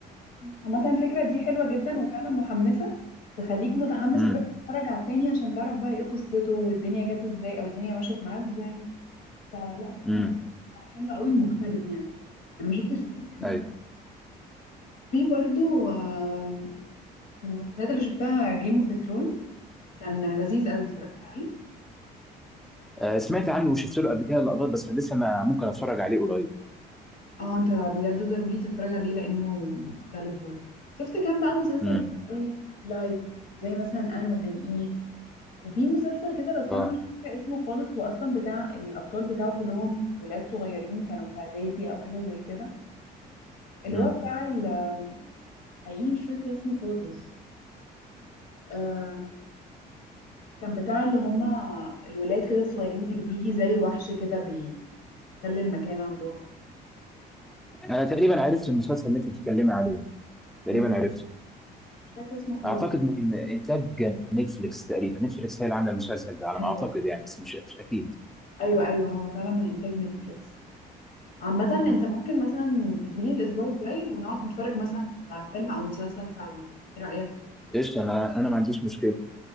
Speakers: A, on the left; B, in the centre.
A: عامة الفكرة دي حلوة جدا وفعلا محمسة تخليك متحمس
B: امم
A: تروح تتفرج على التاني عشان تعرف بقى ايه قصته والدنيا جت ازاي او الدنيا مشت معاه ازاي فلا صراحة
B: امم
A: حلو قوي مختلف يعني انا ما شفتش الفكره دي
B: ايوه
A: في برضو آم، من المسلسلات اللي شفتها جيم اوف ثرونز كان لذيذ قوي اتفرجت عليه
B: آه، سمعت عنه وشفت له قبل كده لقطات بس لسه ما ممكن اتفرج عليه قريب
A: اه انت بجد ضروري تتفرج عليه لانه مختلف برضو شفت كام بقى مسلسل
B: امم
A: كده ايه لايت زي مثلا ان وذن ايه وفي مسلسل كده بس
B: اه
A: انا مش فاكره اسمه خالص هو اصلا بتاع الابطال بتاعه كلهم ولاد صغيرين كانوا في اعدادي او حاجه زي كده اللي
B: امم
A: هو بتاع ال- آم، حقيقي مش فاكره اسمه خالص آم، كان بتاع اللي هما الولاد كده الصغيرين اللي بيجي زي وحش كده بي- بيحتل المكان عندهم
B: انا تقريبا عرفت المسلسل اللي انت بتتكلمي عليه تقريبا
A: مم.
B: عرفته
A: مش فاكرة اسمه خالص
B: اعتقد من انتاج نتفليكس تقريبا نتفليكس هي اللي عامله المسلسل ده على
A: ايوه
B: ما اعتقد يعني بس مش مش اكيد
A: ايوه ايوه هو فعلا من انتاج نتفليكس عامة
B: امم
A: انت ممكن مثلا تجيلي الاسبوع الجاي ونقعد نتفرج مثلا على فيلم او مسلسل سوا ايه رأيك؟
B: قشطه انا انا ما عنديش مشكله